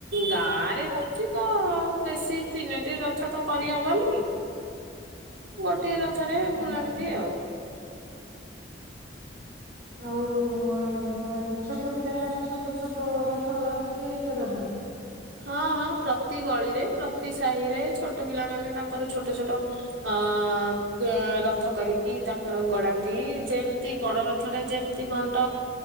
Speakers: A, on the right; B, on the right.
A: ଗାଁ ରେ ହଉଛି ତ ଆଉ ବେଶୀ ତିନି ଟି ରଥ ତ କରିହବନି ଗୋଟିଏ ରଥରେ
B: ଆଜ୍ଞା।
A: ବୁଲାନ୍ତି ଆଉ।
B: ଆଉ <unintelligible> ଛୋଟ ପିଲାମାନେ ଛୋଟ ଛୋଟ ରଥ ତିଆରି କରନ୍ତି।
A: ହଁ ହଁ ପ୍ରତି ଗଳିରେ ପ୍ରତି ସାହିରେ ଛୋଟ ପିଲାମାନେ ତାଙ୍କର ଛୋଟ ଛୋଟ ହଁ <unintelligible> ରଥ କରିକି ତାଙ୍କର ଗଡ଼ାନ୍ତି ଯେମିତି ବଡ଼ ରଥ ଟା ଯେମିତି ଘଣ୍ଟ